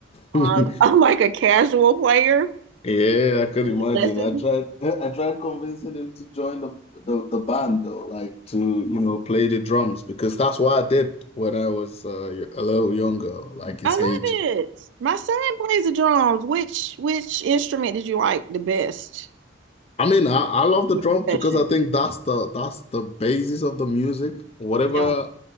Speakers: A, on the left; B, on the right.
A: <laughs>
B: Uh, <laughs> I'm like a casual player.
A: Yeah, I could imagine.
B: Lessons.
A: I tried <laughs> I tried convincing him to join the, the the band though, like to, you know, play the drums because that's what I did when I was uh, a little younger, like his
B: I love
A: age.
B: it. My son plays the drums. Which which instrument did you like the best?
A: I mean, I, I love the
B: Your
A: drums
B: Profession.
A: because I think that's the that's the basis of the music. Whatever
B: Yeah,